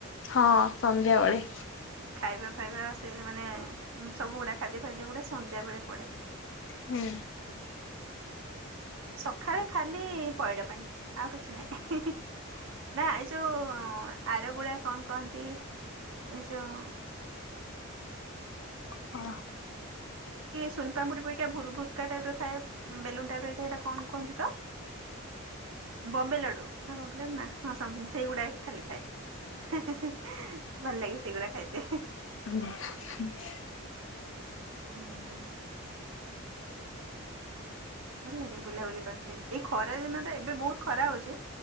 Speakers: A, on the left; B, on the right.
A: ହଁ ସନ୍ଧ୍ୟାବେଳେ।
B: ଖାଇବା ଫାଇବା ସେ ମାନେ ଉଁ ସବୁଗୁଡା ଖାଦ୍ୟ ଫାଦ୍ୟଗୁଡେ ସନ୍ଧ୍ୟାବେଳେ ପଡେ।
A: ହୁଁ
B: ସକାଳେ ଖାଲି ପଇଡ ପାଣି ଆଉ କିଛି ନହିଁ ନା ଏଇ ଯୋଉ ଆରଗୁଡଆ କଣ କହନ୍ତି ଏଇ ଯୋଉ
A: ହଁ
B: ସୁନପାମୁଡି ପରା ଭୁ ଭୁକା ଟାଇପ ର ଥାଏ ବେଲୁନ ଟାଇପ ରଇଥାଏ ଏଇଟା କଣ କୁହନ୍ତି ତ ବମ୍ବେଲାଡୁ ନା ବମ୍ବେଲାଡୁ ନା ହଁ ସମଥିଙ୍ଗ ସେଇଗୁଡା ଖାଲିଥାଏ ଭଲ ଲାଗେ ସେଇଗୁଡା ଖାଇଥାଏ
A: <unintelligible>
B: ହଁ ଭଲ ଲାଗେ ବୁଲାବୁଲି କରିତେ ଏଇ ଖରା ଦିନ ଟା ଏବେ ବହୁତ ଖରା ହଉଛି